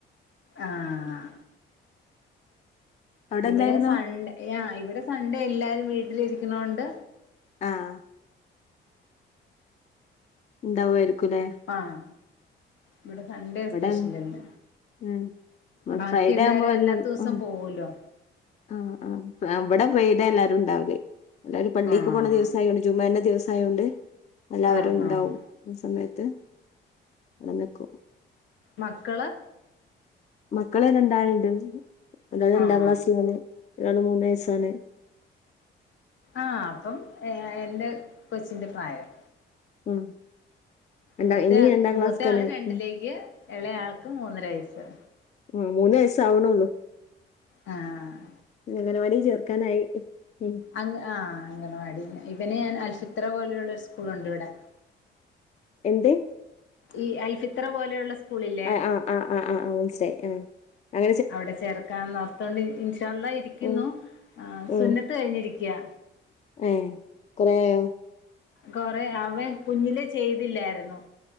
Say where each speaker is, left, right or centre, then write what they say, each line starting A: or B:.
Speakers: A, on the left; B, on the left.
A: ആഹ്
B: അവിടെ
A: ഇവിടെ
B: എന്തായിരുന്നു
A: സൺഡേ. യാ, ഇവിടെ സൺഡേ എല്ലാരും വീട്ടിലിരിക്കുണോണ്ട്.
B: ആഹ്, ഉണ്ടാവായിരിക്കു ല്ലേ?
A: ആഹ്, ഇവിടെ സൺഡേ
B: ഇവിടെ
A: സ്പെഷ്യല്ല്ല
B: ഉം
A: ബാക്കി
B: ഫ്രൈഡേ
A: എല്ലാരും
B: ആവുമ്പോ വല്ല
A: അല്ലാത്ത ദിവസം
B: ഉം
A: പോവൂലോ.?
B: ആഹ്, ആഹ്, അവിടെ ഫ്രൈഡേ എല്ലാരുണ്ടാവല്. എല്ലാരും പള്ളിക്ക്
A: ആഹ്
B: പോണ ദിവസായൊണ്ട് ജുമഅന്റെ ദിവസായോണ്ട്. എല്ലാവരുണ്ടാവും
A: ആഹ് ആഹ്
B: ഇസമയത്ത് ഞന്ന്ക്കും.
A: മക്കള്
B: മക്കള് രണ്ടണ്ട് ഒരാള് രണ്ടാ
A: ആഹ്
B: ക്ലാസ്സിലാണ് ഒരാള് മൂനയസ്സാണ്.
A: ആഹ്‌, അപ്പം എ ഏൻ്റ കൊച്ചിന്റെ പ്രായം.
B: ഉം രണ്ടാ
A: മൂത്തയാക്ക്
B: ഇനി രണ്ടാം
A: മൂത്തയാള്
B: ക്ലാസ്ക്കാണ്
A: രണ്ടിലേക്ക്
B: ഉം
A: എളേയാൾക്ക് മൂന്നര വയസ്.
B: ഉം, മൂന്ന് വയസ്സ് ആവണൊള്ളൂ.
A: ആഹ്
B: അങ്കനവാടീ ചേർക്കാനായി ഉഹ്
A: അങ്ങ്, ആഹ്, അങ്കണവാടി ഇവന് ഞാൻ അൽഫിത്ര പോലെയുള്ള ഒരു സ്കൂളുണ്ടിവിടെ.
B: എന്ത്?
A: ഈ, അൽഫിത്ര പോലെയുള്ള സ്കൂളില്ലേ?
B: ആഹ് ആഹ് ആഹ് ആഹ്, ആഹ്, മനസ്സിലായി ആഹ് അ
A: അവിടെ ചേർക്കാന്നോത്തോണ്ട് ഇൻ ഇൻഷാള്ള ഇരിക്കുന്നു.
B: ഉം
A: ആഹ്,
B: ഉം
A: സുന്നത്ത് കഴിഞ്ഞിരിക്ക്യാ.
B: ഏഹ്, കൊറേ ആയോ?
A: കൊറെ അവൻ കുഞ്ഞിലേ ചെയ്തില്ലായിരുന്നു.